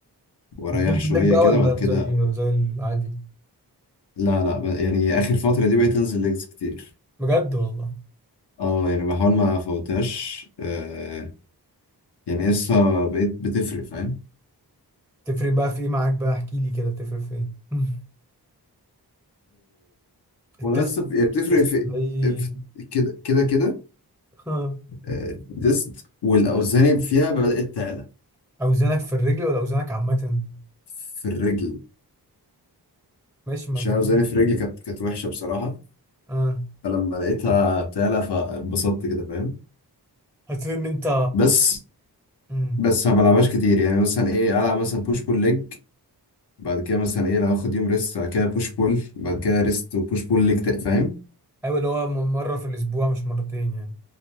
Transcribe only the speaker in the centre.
وبتنزل
ليك بقى
ولا
زي زي العادي
بجد والله
تفرق بقى في ايه معاك بقى احكي لي كده تفرق في ايه <laughs> مم. التست
التست
تلاقي
ها،
<laughs> اوزانك في الرجل ولا اوزانك عامة
ماشي ما
انت كده
اه
حسيت ان انت
امم
ايوه اللي هو م- مرة في الاسبوع مش مرتين يعني